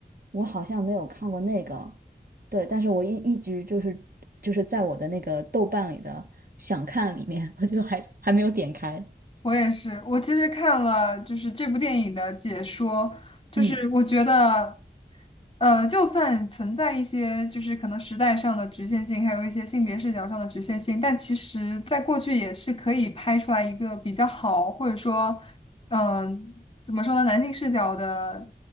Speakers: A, on the right; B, on the left.
A: 我好像没有看过那个，对，但是我一一直就是就是在我的那个豆瓣里的想看里面，<laughs> 我就还还没有点开。
B: 我也是，我其实看了就是这部电影的解说，就是我觉得，
A: 嗯
B: 呃，就算存在一些就是可能时代上的局限性，还有一些性别视角上的局限性，但其实在过去也是可以拍出来一个比较好，或者说，嗯、怎么说呢，男性视角的